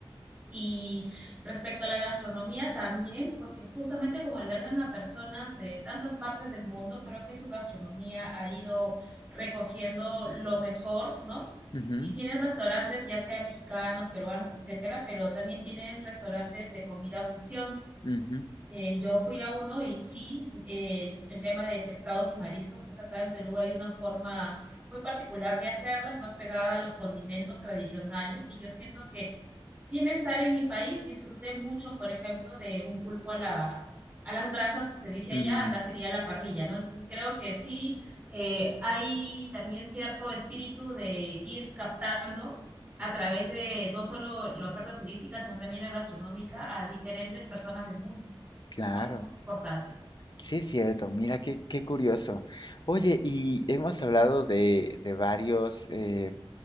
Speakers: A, on the right (about 20°); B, on the left (about 55°).
A: Y respecto a la gastronomía también, porque justamente como albergan a personas de tantas partes del mundo, creo que su gastronomía ha ido recogiendo lo mejor, ¿no?
B: Ujú,
A: Y tienen restaurantes, ya sea mexicanos, peruanos, etcétera, pero también tienen restaurantes de comida fusión
B: ujú,
A: eh, yo fui a uno y sí, eh, el tema de pescados y mariscos, pues acá en Perú hay una forma muy particular de hacerlas, más pegada a los condimentos tradicionales. Y yo siento que sin estar en mi país, disfruté mucho, por ejemplo, de un pulpo a la, a las brasas, se dice allá,
B: mm,
A: acá sería la parrilla, ¿no? Entonces creo que sí, eh, hay también cierto espíritu de ir captando a través de no solo la oferta turística, sino también la gastronómica a diferentes personas del mundo.
B: claro,
A: Eso es algo muy importante.
B: sí es cierto, mira qué, qué curioso. Oye, y hemos hablado de, de varios eh,